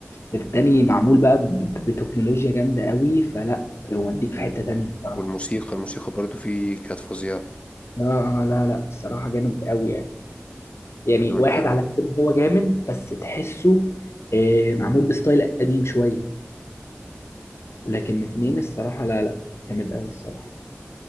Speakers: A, on the left; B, on the left.
A: التاني معمول بقى ب- ب- بتكنولوجيا جامدة قوي فلا ومديك في
B: وال...
A: حتة تانية الصراحة
B: والموسيقى الموسيقى برضو فيه كانت فظيعه
A: اه اه لا لا الصراحة جامد قوي يعني يعني
B: لو
A: واحد
B: انت
A: على قد ما هو جامد بس تحسه آه، معمول بستايل قديم شوية لكن اتنين الصراحة لا لا جامد أوي الصراحة